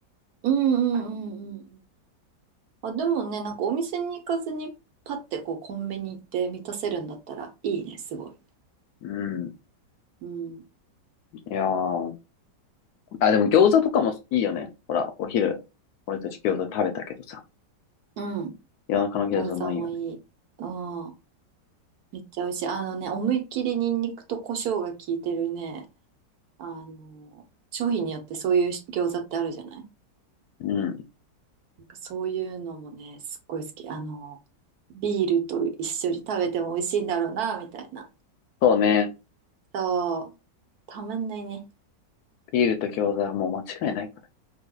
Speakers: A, on the right; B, on the left.
A: うん、うん、うん、うんうん。あ、でもね、なんかお店に行かずにパッてこうコンビニ行って満たせるんだったらいいね、すごい。
B: うん。
A: うん、
B: いやー。あ、でも餃子とかもいいよね。ほら、お昼、俺たち餃子食べたけどさ。
A: うん。
B: 夜中の餃子うまいよね。
A: 餃子もいい。うん。めっちゃ美味しい。あのね、思いっきりニンニクと胡椒が効いてるね。あの、商品によってそういう餃子ってあるじゃない
B: うん。
A: なんかそういうのもね、すっごい好き。あの、ビールと一緒に食べても美味しいんだろうな、みたいな。
B: そうね。
A: そう、たまんないね。
B: ビールと餃子はもう間違いないか